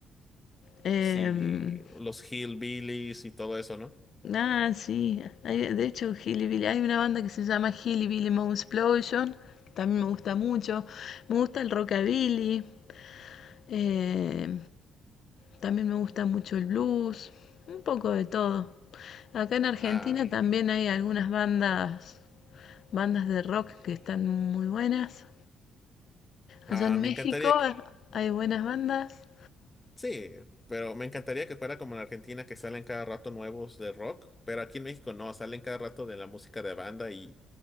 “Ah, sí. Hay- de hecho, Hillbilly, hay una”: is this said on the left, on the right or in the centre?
Left